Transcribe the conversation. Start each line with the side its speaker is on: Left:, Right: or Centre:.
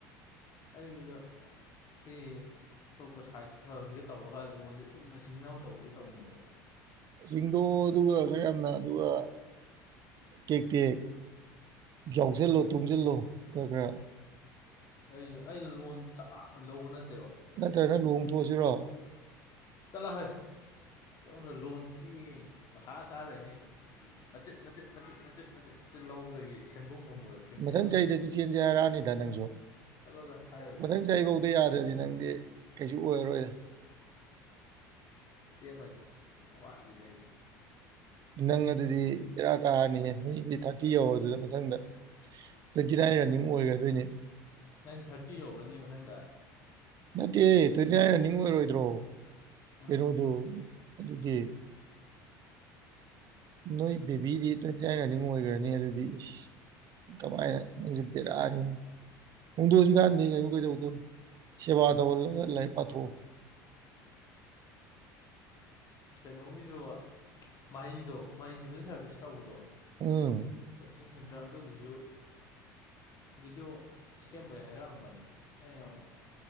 Left: ꯑꯩꯗꯣ ꯁꯤ ꯑꯇꯣꯞꯄ ꯁꯥꯏꯠꯀꯤ ꯈꯔꯁꯤꯒ ꯇꯧꯔꯒ ꯂꯣꯟꯁꯦ ꯊꯨꯅ ꯁꯤꯡꯅꯕ ꯇꯧꯒꯦ ꯇꯧꯅꯦꯕ
Right: ꯁꯤꯡꯗꯣ ꯑꯗꯨꯒ ꯈꯔ ꯌꯥꯝꯅ ꯑꯗꯨꯒ ꯀꯦꯛ ꯇꯦꯛ ꯌꯥꯎꯁꯜꯂꯣ ꯇꯨꯡꯁꯤꯜꯂꯣ ꯈꯔ ꯈꯔ
Left: ꯑꯩ ꯑꯩꯗ ꯂꯣꯟ ꯆꯕꯥꯛꯅ ꯂꯧꯕ ꯅꯠꯇꯦ
Right: ꯅꯠꯇ꯭ꯔꯒꯅ ꯂꯨꯍꯣꯡꯊꯣꯛꯑꯁꯤꯔꯣ
Left: ꯆꯠꯂ ꯍꯣꯏ ꯆꯅ ꯂꯣꯟ ꯊꯤ ꯃꯊꯥ ꯁꯥꯔ ꯂꯩꯔꯤꯉꯩꯁ ꯃꯆꯦꯠ ꯃꯆꯦꯠ ꯃꯆꯦꯠ ꯃꯆꯦꯠ ꯃꯆꯦꯠ ꯃꯆꯦꯠ ꯂꯧꯕꯗꯒꯤ ꯁꯦꯟꯕꯨꯝ ꯑꯃ ꯑꯣꯏꯔꯛꯈꯤꯕꯅꯦꯕ
Right: ꯃꯊꯪ ꯆꯍꯤꯗꯗꯤ ꯆꯦꯟꯁꯦ ꯍꯥꯏꯔꯛꯑꯅꯤꯗ ꯅꯪꯁꯨ
Left: ꯆꯠꯂꯣꯗ ꯍꯥꯏꯔꯣꯏꯗ
Right: ꯃꯊꯪ ꯆꯍꯤꯐꯧꯗ ꯌꯥꯗ꯭ꯔꯗꯤ ꯅꯪꯗꯤ ꯀꯩꯁꯨ ꯑꯣꯏꯔꯔꯣꯏꯗ
Left: ꯆꯦꯟꯕꯣꯏꯗ ꯋꯥꯠꯂꯤꯗꯩꯗꯤ
Right: ꯅꯪ ꯑꯗꯨꯗꯤ ꯕꯦꯔꯥ ꯀꯥꯔꯅꯤꯌꯦ ꯃꯤꯗꯤ ꯊꯥꯔꯇꯤ ꯌꯧ ꯑꯗꯨꯗ ꯃꯊꯪꯗ ꯇ꯭ꯋꯦꯟꯇꯤ ꯅꯥꯏꯟ ꯔꯟꯅꯤꯡ ꯑꯣꯏꯈ꯭ꯔꯗꯣꯏꯅꯦ
Left: ꯅꯪ ꯊꯥꯔꯇꯤ ꯌꯧꯔꯅꯤ ꯃꯊꯪꯗ
Right: ꯅꯠꯇꯦ ꯇ꯭ꯋꯦꯟꯇꯤ ꯅꯥꯏꯟ ꯔꯟꯅꯤꯡ ꯑꯣꯏꯔꯣꯏꯗ꯭ꯔꯣ
Left: ꯎꯝ
Right: ꯀꯩꯅꯣꯗꯨ ꯑꯗꯨꯗꯤ ꯅꯣꯏ ꯕꯦꯕꯤꯗꯤ ꯇ꯭ꯋꯦꯟꯇꯤ ꯅꯥꯏꯟ ꯔꯥꯅꯤꯡ ꯑꯣꯏꯈ꯭ꯔꯅꯤ ꯑꯗꯨꯗꯤ ꯏꯁ ꯀꯃꯥꯏ ꯄꯔꯥꯅꯤ ꯍꯣꯡꯗꯣꯛꯑꯁꯤ ꯀꯥꯟꯥꯟꯗꯦ ꯀꯩ ꯀꯩꯗꯧꯗꯣꯏꯅꯣ ꯁꯦꯕꯥ ꯇꯧꯍꯜꯂꯒ ꯂꯥꯏꯔꯤꯛ ꯄꯥꯊꯣꯛꯑꯣ
Left: ꯀꯩꯅꯣꯒꯤꯁꯨ ꯃꯍꯩꯗꯣ ꯃꯍꯩꯁꯤꯕꯨ ꯁꯥꯔꯚꯤꯁ ꯇꯧꯕꯗꯣ
Right: ꯎꯝ
Left: ꯇꯤꯡ ꯁꯟꯇ ꯑꯗꯨꯒꯤꯁꯨ ꯚꯤꯗꯤꯑꯣ ꯁꯦꯝꯕꯩ ꯍꯥꯏꯔꯛꯑꯝꯕꯅꯦ ꯑꯩꯅ ꯑꯃꯨꯛ